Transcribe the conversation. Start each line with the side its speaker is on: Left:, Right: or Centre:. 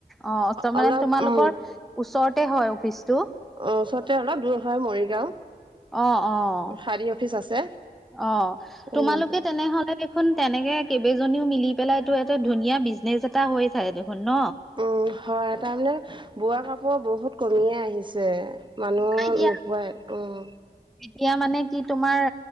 Centre: অ', ত'
Right: অলপ
Centre: মানে তোমালোকৰ
Right: উম
Centre: ওচৰতে হয় অফিচটো।
Right: অ', ওচৰতে অলপ দূৰ হয় মৰিগাঁও।
Centre: অ', অ',
Right: শাৰী অফিচ আছে
Centre: অ',
Right: এই
Centre: তোমালোকে
Right: মৰিগাঁও
Centre: তেনেহ'লে দেখোন তেনেকে কেইবেজনীও মিলি পেলাইটো এটা ধুনীয়া বিজনেচ এটা হৈ যায় দেখোন ন।
Right: উম, হয় তাৰমানে বোৱা কাপোৰৰ বহুত কমিয়ে আহিছে। মানুহ
Centre: নাই দিয়া
Right: নোপোৱাই, উম।
Centre: এতিয়া মানে কি তোমাৰ